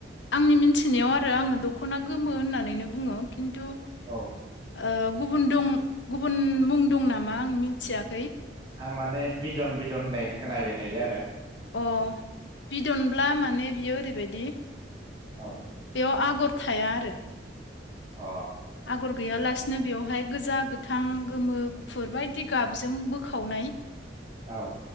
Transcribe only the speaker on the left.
आंनि मिथिनायाव आरो आङो दख'ना गोमो होननानैनो बुङो खिन्थु
ओ गुबुन दं गुबुन मुं दं नामा आं मिथियाखै।
अ बिदनब्ला माने बियो ओरैबायदि
बेयाव आगर थाया आरो।
आगर गैयालासिनो बेवहाय गोजा गोथां गोमो गुफुर बायदि गाबजों बोखावनाय।